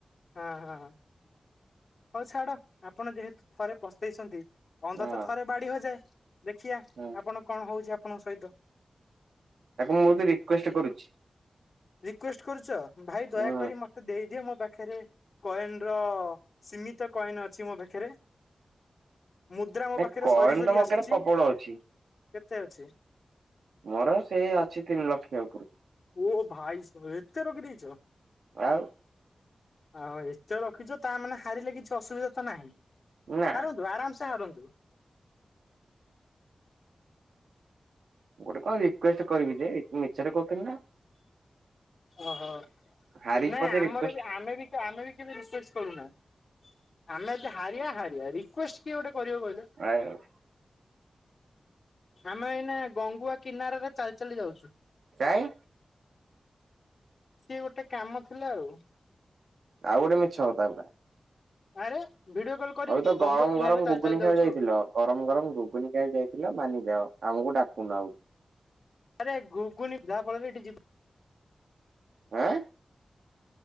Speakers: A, on the left; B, on the right.
A: ହଁ ହଁ। ହଉ ଛାଡ ଆପଣ ଯେହେତୁ ଥରେ ପସେଇଛନ୍ତି
B: ହଁ
A: ଅନ୍ଧ ତ ଥରେ ବାଡି ହଯାଏ। ଦେଖଆ
B: ହଁ।
A: ଆପଣ କଣ ହଉଛି ଆପଣଙ୍କ ସହିତ।
B: ତାକୁ ମୁଁ ବୋହୁତ୍ ରିକୁଏଷ୍ଟ୍ କରୁଛି।
A: ରିକେଷ୍ଟ କରୁଛ ଭାଇ ଦୟାକରି
B: ହୁଁ
A: ମତେ ଦେଇଦିଅ ମୋ ପାଖରେ। ପାଖରେ କଏନ ର ସୀମିତ କଏନ ଅଛି ମୋ ପାଖରେ। ମୁଦ୍ରା ମୋ
B: ନା
A: ପାଖରେ
B: କଏନ
A: ସରି ସରି
B: ତ ମୋ ପାଖରେ
A: ଆସୁଛି
B: ପ୍ରବଳ
A: କେତେ
B: ଅଛି
A: ଅଛି?
B: ମୋର ସେଇ ଅଛି ତିନି ଲକ୍ଷ ଉପରକୁ।
A: ଓ ଭାଇ ସ ଏତେ ରଖି ଦେଇଛ।
B: ଆଉ
A: ଆଉ ଏତେ ରଖିଛ ତା ମାନେ ହାରିଲେ କିଛି ଅସୁବିଧା ତ ନାହିଁ।
B: ନା
A: ହାରନ୍ତୁ ଆରାମ ସେ ହାରନ୍ତୁ।
B: ମୁଁ ଗୋଟେ କଣ ରିକୁଏଷ୍ଟ କରିବି ଯେ ମିଛରେ କହୁଥିଲି ନା।
A: ଓହୋ
B: ହାରିକି
A: ନାଇଁ
B: ପଛେ
A: ଆମର
B: ରିକ୍ୱେଷ୍ଟ
A: ବି ଆମେ ବି ଆମେ ରିକୁଏଷ୍ଟେ ର କରୁନା। ଆମେ ଯଦି ହାରିବା ହାରିବା ରିକୁଏଷ୍ଟ କିଏ ଗୋଟେ କରିବ କହିଲେ।
B: କାଇଁ
A: ଆମେ ଏଇନା ଗଙ୍ଗୁଆ କିନାରରେ ଚାଲି ଚାଲି ଯାଉଛୁ।
B: କାଇଁ।
A: ସିଏ ଗୋଟେ କାମ ଥିଲା ଆଉ।
B: ଆଉ ଗୋଟେ ମିଛ କଥା ପୁରା।
A: ଆରେ ଭିଡିଓ କଲ୍ କରିବି
B: ଆଉ
A: କି
B: ତ ଗରମ
A: ଗଙ୍ଗୁଆ କିନାରାରେ
B: ଗରମ
A: ଚାଲି
B: ଗୁଗୁନି
A: ଚାଲି ଯାଉଛୁ।
B: ଖାଇବା ଯାଇଥିଲ ଗରମ ଗରମ ଗୁଗୁନି ପାଇଁ ଯାଇ ଥିଲା ମାନିଯାଅ ଆମକୁ ଡାକୁନ ଆଉ।
A: ଆରେ ରଗୁଘୁୁନି ଯାହା ପଳରେ ଏଠି ଯିବ
B: ଆଁ।